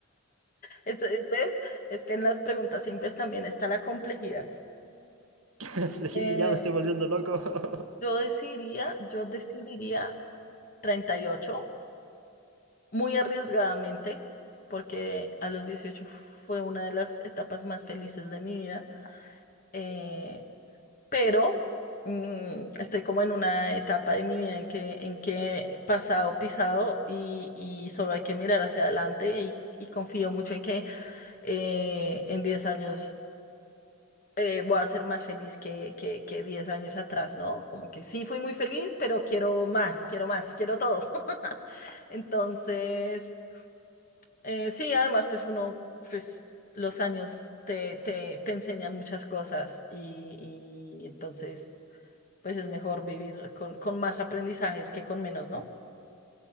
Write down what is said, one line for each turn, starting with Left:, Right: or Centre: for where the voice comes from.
Left: Es, es- ¿ves? Es que en las preguntas simples también está la complejidad.
Right: <laughs> sí,
Left: Eh,
Right: ya me estoy volviendo loco. <laughs>
Left: yo decidiría, yo decidiría 38, muy arriesgadamente, porque a los 18 fue una de las etapas más felices de mi vida. Eh, pero mm, estoy como en una etapa de mi vida en que, en que pasado, pisado y, y solo hay que mirar hacia adelante y, y confío mucho en que eh, en 10 años eh, voy a ser más feliz que, que, que 10 años atrás, ¿no? Como que sí fui muy feliz, pero quiero más, quiero más, quiero todo. <laughs> Entonces, eh, sí, además, pues uno, pues los años te, te, te enseñan muchas cosas y, y entonces pues es mejor vivir con, con más aprendizajes que con menos, ¿no?